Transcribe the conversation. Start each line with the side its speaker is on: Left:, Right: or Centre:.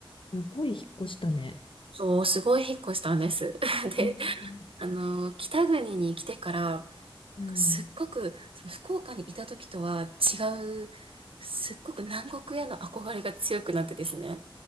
Left: すごい引っ越したね。
Right: そう、すごい引っ越したんです。<laughs> で、
Left: あ
Right: あの、北国に来てから、
Left: うん。
Right: すっごく、その福岡にいた時とは違う、すっごく南国への憧れが強くなってですね。